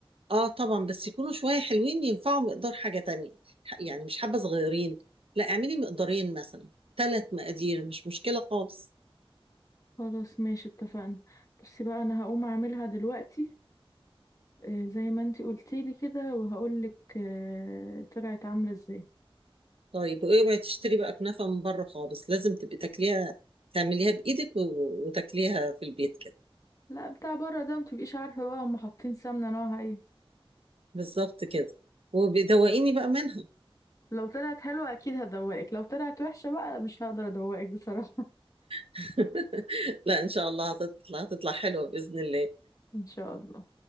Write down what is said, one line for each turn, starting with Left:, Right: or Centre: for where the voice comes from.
Right: اه طبعا بس يكونوا شويه حلوين ينفعوا مقدار حاجه تانية ح- يعني مش حبه صغيرين لا اعملي مقدارين مثلا ثلاث مقادير مش مشكله خالص
Left: خلاص ماشي اتفقنا بصي بقى انا هقوم اعملها دلوقتي آه، زي ما انتي قلتيلي كده وهقولك آه، طلعت عاملة ازاي
Right: طيب واوعي تشتري بقى كنافة من بره خالص لازم تبقي تاكليها تعمليها بايدك و- وتاكليها في البيت كده
Left: لا بتاع بره ده متبقيش عارفة بقى هم حاطين سمنة نوعها ايه
Right: بالظبط كده وبيدوقيني بقى منها
Left: لو طلعت حلوة اكيد هدوقك لو طلعت وحشة بقى مش هقدر ادوقك بصراحة
Right: <laughs> لا ان شاء الله هتطلع هتطلع حلوة بإذن الله
Left: <laughs> ان شاء الله